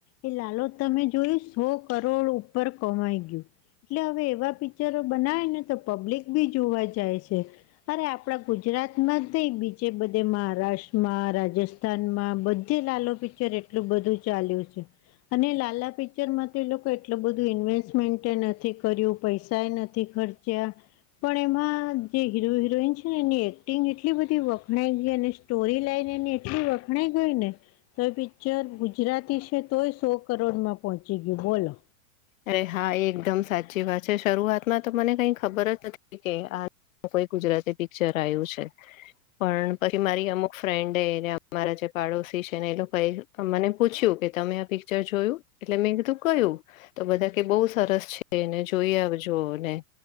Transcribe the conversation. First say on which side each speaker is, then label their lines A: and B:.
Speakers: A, on the left; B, on the left.
A: એ લાલો તમે જોયું સો કરોડ ઉપર કમાઈ ગયું એટલે હવે એવા પિક્ચરો બનાવેય ને તો પબ્લિક બી જોવા જાય છે અરે આપડા ગુજરાત માં થ બીજે બધા મહારાષ્ટ્રમાં રાજસ્થાનમાં બધે લાલ પિક્ચર એટલું બધું ચાલ્યું છે અને લાલા પી ફ્યુચરમાં તો એ લોકો એટલું બધું ઇન્વેસ્ટમેન્ટ નથી કર્યું પૈસાએ નથી ખર્ચ જ્યાં પણ એમાં જે હિરો હિરોઈન છે ને એની એક્ટિંગ એટલી બધી વ એ સ્ટોરી લઈને એને એટલું વખણાઈ ગઈ ને તોય પિક્ચર ગુજરાતી છે તોય સો કરોડમાં પહોંચી ગયું બોલો
B: અરે હા એ એકદમ સાચી વાત છે શરૂઆતમાં તો મને કઈ ખબર જ નથી કે આ કોઈ ગુજરાતી પિક્ચર આવ્યું છે પણ પછી મારી અમુક ફ્રેન્ડ એ મારા જે પાડોશી છે ને એ લોકો કઈ મને પૂછ્યું કે તમે આ પિક્ચર જોયું એટલે મેં કીધું કયું તો બધા કે બહુ સરસ છે એને જોઈ આવજો ને